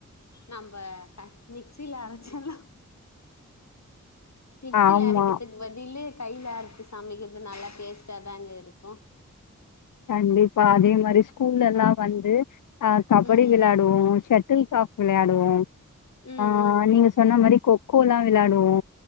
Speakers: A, on the left; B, on the left.
A: நம்ப க மிக்சில அரச்சாலு மிக்சில
B: ஆமா.
A: அரைக்கிற்த்துக்கு பதிலு கைய்ல அரச்சு சமைக்கிற்து நல்லா டேஸ்ட்டா தான்ங்க இருக்கு
B: கண்டிப்பா
A: ம்
B: அதே மாரி ஸ்கூலல்லா வந்து அ கபடி
A: ம்
B: வெளாட் ரோ ஷட்டில் காக் விளையாடுவோ
A: ம்
B: அ
A: ம் ம்
B: நீங்க சொன்ன மாரி கோ கோலா விளையாடுவோ